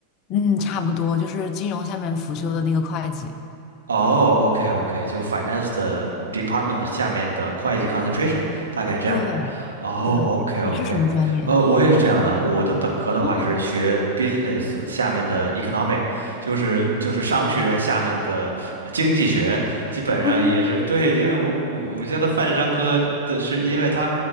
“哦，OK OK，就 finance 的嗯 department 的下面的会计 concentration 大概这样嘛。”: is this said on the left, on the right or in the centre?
Right